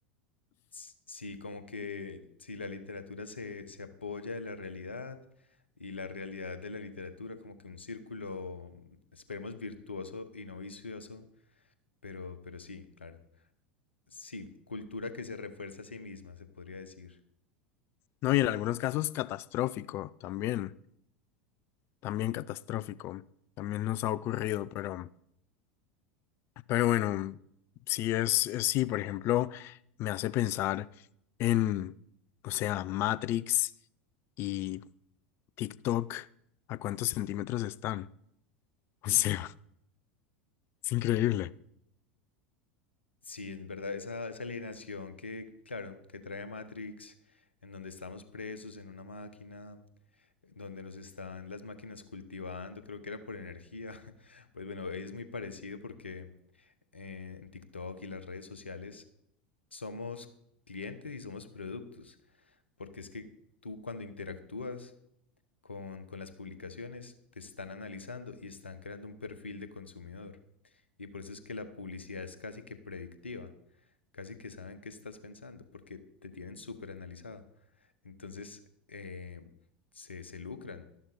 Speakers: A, on the left (about 85°); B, on the left (about 40°).
A: s- Sí, como que si la literatura se, se apoya de la realidad y la realidad de la literatura, como que un círculo, mm, esperemos, virtuoso y no vicioso, pero, pero sí, claro. Sí, cultura que se refuerza a sí misma, se podría decir.
B: No, y en algunos casos catastrófico también, también catastrófico, también nos ha ocurrido, pero, pero bueno, sí es, es- sí, por ejemplo, me hace pensar en, o sea, Matrix y TikTok, ¿a cuántos centímetros están? O sea, <laughs> es increíble.
A: Sí, en verdad, esa, esa alienación que, claro, que trae Matrix, en donde estamos presos en una máquina, donde nos están las máquinas cultivando, creo que era por energía. <laughs> Pues bueno, ahí es muy parecido porque eh, en TikTok y las redes sociales, somos clientes y somos productos, porque es que tú cuando interactúas con, con las publicaciones, te están analizando y están creando un perfil de consumidor. Y por eso es que la publicidad es casi que predictiva, casi que saben qué estás pensando, porque te tienen súper analizado. Entonces, eh, se, se lucran.